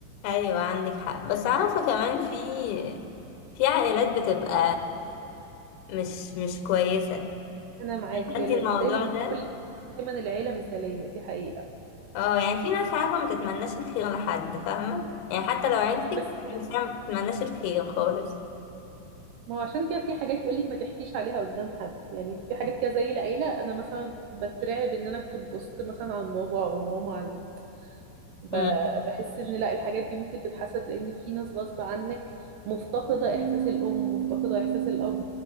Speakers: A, on the left; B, on the right.
A: أيوة عندك حق بس عارفة كمان في في عائلات بتبقى مش مش كويسة
B: انا معاكي
A: انت
B: يلا-
A: الموضوع
B: دايما
A: ده
B: مش كل دايما العيله مثاليه دي حقيقه
A: اه يعني في ناس عارفة ما تتمناش الخير لحد فاهمة يعني حتى لو عيلتك
B: بس
A: بتحسيها ما بتتمناش الخير خالص
B: ما هو عشان كده في حاجات يقولك ما تحكيش عليها قدام حد يعني في حاجات كده زي العيله انا مثلا بترعب ان انا اكتب بوست مثلا عن بابا او ماما عن ب-
A: مم.
B: بحس ان لا الحاجات دي ممكن تتحسد لان في ناس غصب عنك مفتقدة احساس الام مفتقدة احساس الاب